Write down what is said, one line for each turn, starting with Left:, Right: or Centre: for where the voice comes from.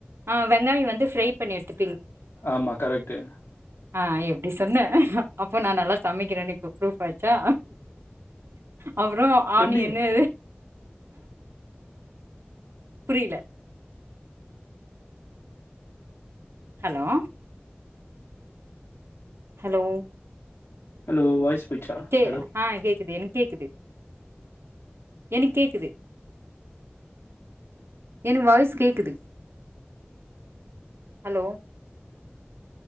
Right: ஆ வெங்காயம் வந்து ஃபிரை பண்ணி எடுத்து
Left: ஆமா கரெட்டு
Right: ஆ எப்டி சொன்னே அப்போ நான் நல்லா சமைக்கிறன்னு இப்போ புரூப் ஆயிருச்சா அப்புறோ ஆணியனு
Left: எப்டி
Right: புரியில ஹலோ ஹலோ
Left: ஹலோ வாய்ஸ் போயிடுச்சா?
Right: கே
Left: ஹலோ?
Right: ஆ கேக்குது எனக்கு கேக்குது எனக்கு கேக்குது என் வாய்ஸ் கேக்குது ஹலோ